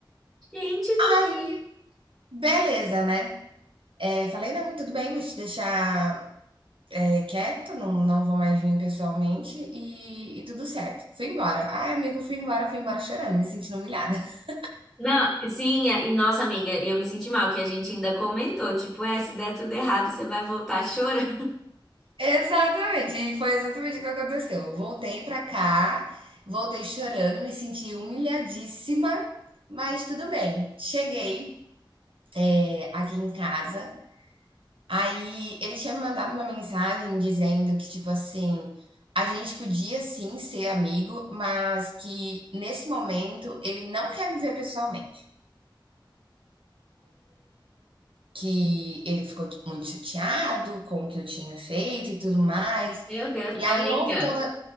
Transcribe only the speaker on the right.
Aí, beleza, né? É, falei: não, tudo bem, vou te deixar é, quieto, não, não vou mais vir pessoalmente e, e tudo certo. Fui embora. Ai, amigo, fui embora, fui embora chorando, me sentindo humilhada. <laughs>
Exatamente, e foi exatamente o que aconteceu. Voltei pra cá, voltei chorando, me senti humilhadíssima, mas tudo bem. Cheguei é, aqui em casa, aí ele tinha me mandado uma mensagem dizendo que, tipo assim, a gente podia sim ser amigo, mas que nesse momento ele não quer me ver pessoalmente. Que ele ficou tipo, muito chateado com o que eu tinha feito e tudo mais.
E
aí houve toda